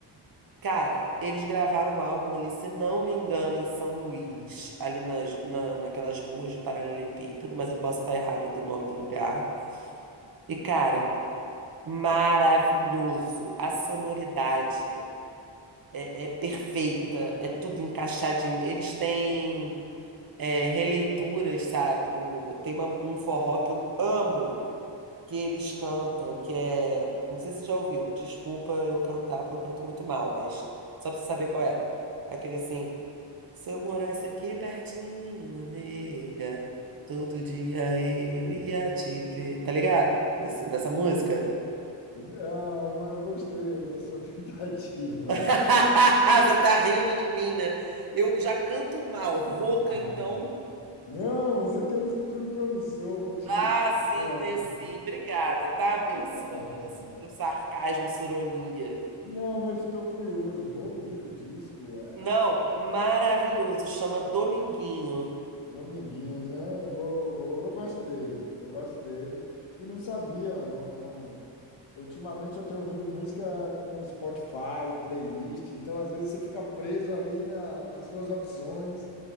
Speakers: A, on the right (about 50°); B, on the left (about 75°).
A: Cara, eles gravaram um álbum ali, se não me engano, em São Luís, ali nas, na, naquelas ruas de Paralelepípedo, mas eu posso estar errada do nome do lugar. E, cara, maravilhoso. A sonoridade é, é perfeita, é tudo encaixadinho. Eles têm é, releituras, sabe? Do, tem uma- um forró que eu amo que eles cantam, que é. Não sei se você já ouviu. Desculpa eu cantar, porque eu canto muito mal, mas só pra você saber qual é. É Aquele assim. Se eu morasse aqui pertinho, nega, todo dia eu ia te ver. Tá ligado? Nesse- nessa música?
B: Não, mas gostei aí da sua tentativa.
A: <laughs> Você tá rindo de mim, né? Eu já canto mal, rouca,
B: <laughs>
A: então.
B: Não, você tem um futuro promissor, continue.
A: Ah, sim,
B: tentando.
A: tenho sim. Obrigada, tá? Pela
B: <laughs>
A: sua, pela sua, pelo sarcasmo, sua ironia.
B: Não, mas estou curioso, vou ouvir o disco.
A: Não, maravilhoso. Chama Dominguinho.
B: Dominguinhos, né? Eu vou, vou, eu gosto dele, eu gosto dele. E não sabia, não, não... Ultimamente eu tenho ouvido música com Spotify, playlist, então às vezes você fica preso ali na, nas suas opções.